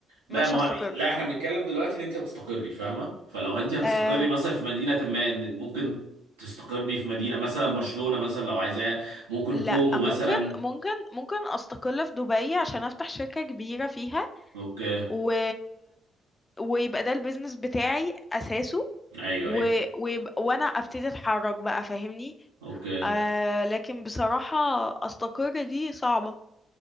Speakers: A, on the right; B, on the left.
A: بقى
B: مش
A: ما
B: هستقر
A: هو... لا احنا بنتكلم دلوقتي ان انت هتستقري فاهمه فلو انت هتستقري
B: آه
A: مثلا في مدينه ما إن ممكن تستقري في مدينه مثلا برشلونه مثلا لو عايزاه ممكن
B: لا
A: كومو
B: ممكن
A: مثلا
B: ممكن ممكن استقل في دبي عشان افتح شركة كبيرة فيها
A: اوكي
B: و... ويبقى ده البيزنس بتاعي اساسه
A: ايوه
B: و...
A: ايوه
B: ويبقى... وانا ابتدي اتحرك بقى فاهمني
A: اوكي
B: آه لكن بصراحة استقر دي صعبة